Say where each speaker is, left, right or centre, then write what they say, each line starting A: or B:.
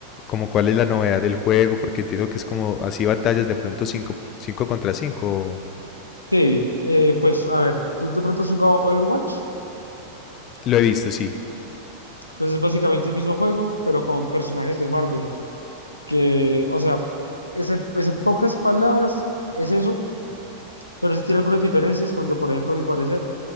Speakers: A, on the left; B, on the left.
A: como cuál es la novedad del juego, porque entiendo que es como así batallas de pronto cinco cinco contra 5.
B: Sí, eh, pues a ver, ¿tú de pronto has jugado Overwatch?
A: Lo he visto, sí.
B: Pues es básicamente el mismo juego, pero con personajes de Marvel. Que, o sea, es en, pues en pocas palabras, es eso, pero sí tiene algunas diferencias, porque, por ejemplo, a mi parecer,